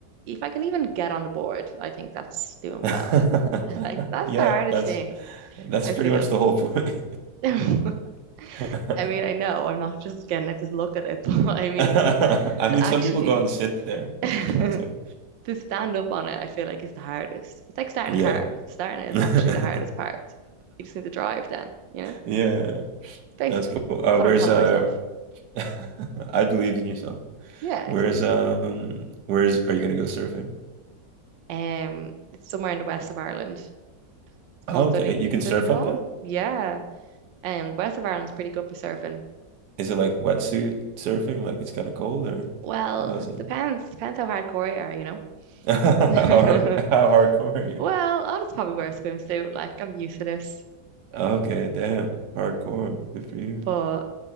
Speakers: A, on the right; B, on the right.
A: if I can even get on the board. I think that's doing
B: <laughs>
A: well. <laughs> I think that's
B: Yeah,
A: the hardest
B: that's
A: thing,
B: that's
A: I
B: pretty
A: feel.
B: much the whole point.
A: <laughs> I
B: <laughs>
A: mean, I know I'm not just gonna just look at it, <laughs> but
B: <laughs>
A: I mean,
B: I
A: to
B: mean,
A: actually
B: some people go out and sit there,
A: <laughs>
B: which
A: to
B: is chill too.
A: stand up on it, I feel like is the hardest. It's like starting
B: Yeah.
A: a car. Starting it
B: <laughs>
A: is actually the hardest part. You just need to drive then, you know?
B: Yeah,
A: Basically.
B: that's cool. Uh,
A: That's what
B: where's
A: I'm telling
B: uh,
A: myself.
B: <laughs> I believe in yourself.
A: Yeah,
B: Where's
A: exactly.
B: um, where's are you gonna go surfing?
A: Um, it's somewhere in the west of Ireland. It's called
B: Oh, okay,
A: Dun
B: you can
A: Donegal.
B: surf up there?
A: Yeah. Um, the west of Ireland's pretty good for surfing.
B: Is it like wetsuit surfing? Like it's kind of cold, or
A: Well,
B: how is
A: it
B: it?
A: depends. Depends how hardcore you are, you
B: <laughs> How
A: know?
B: hard, how
A: <laughs>
B: hardcore are you?
A: Well, I'll probably wear a swimsuit. Like, I'm used to this.
B: Okay, damn, hardcore. Good for you.
A: But